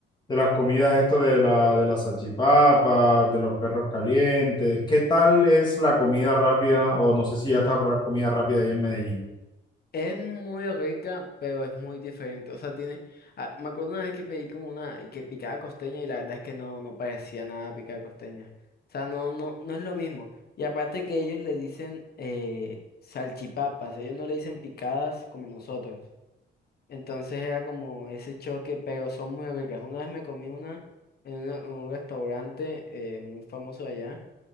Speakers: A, on the left; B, on the left.
A: de las comidas esto de la, de las salchipapas, de los perros calientes. ¿Qué tal es la comida rápida? O no sé si ya estás a probar comida rápida allá en Medellín.
B: Es muy rica, pero es muy diferente. O sea, tiene. ah, me acuerdo una vez que pedí como una que picada costeña y la verdad es que no, no parecía nada picada costeña. O sea, no, no, no es lo mismo. Y aparte que ellos le dicen eh, salchipapas, ellos no le dicen picadas como nosotros. Entonces era como ese choque, pero son muy ricas. Una vez me comí una en, una- en un restaurante eh, muy famoso de allá,